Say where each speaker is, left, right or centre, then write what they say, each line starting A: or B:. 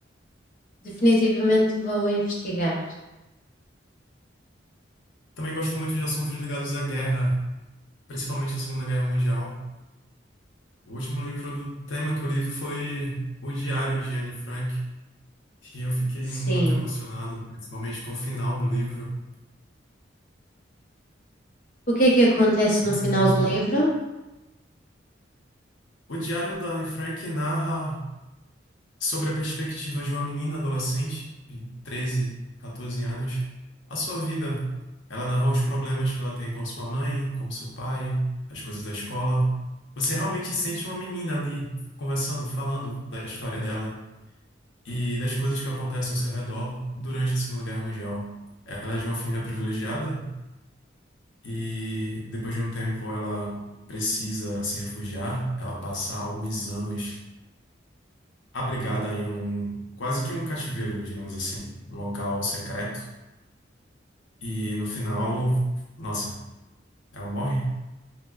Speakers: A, on the left (about 50°); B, on the left (about 80°).
A: Definitivamente vou investigar.
B: Também gosto muito de assuntos ligados à guerra, principalmente à Segunda Guerra Mundial. O último livro do tema que eu li foi O Diário de Anne Frank, e eu fiquei
A: Sim.
B: muito emocionado, principalmente com o final do livro.
A: O que é que acontece
B: Você
A: no final
B: já ouviu
A: do
B: falar?
A: livro?
B: O Diário da Anne Frank narra sobre a perspectiva de uma menina adolescente de 13, 14 anos, a sua vida. Ela narra os problemas que ela tem com sua mãe, com seu pai, as coisas da escola. Você realmente sente uma menina ali conversando, falando da história dela e das coisas que acontecem ao seu redor durante a Segunda Guerra Mundial. Ela é de uma família privilegiada e depois de um tempo ela precisa se refugiar. Ela passa alguns anos abrigada em um quase que um cativeiro, digamos assim, um local secreto. E no final, nossa, ela morre.